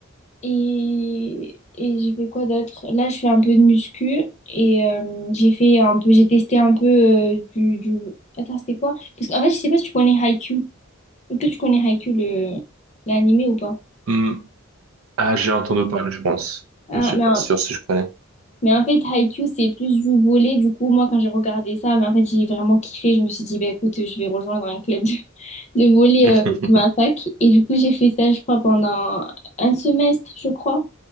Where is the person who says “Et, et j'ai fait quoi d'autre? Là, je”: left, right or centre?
Left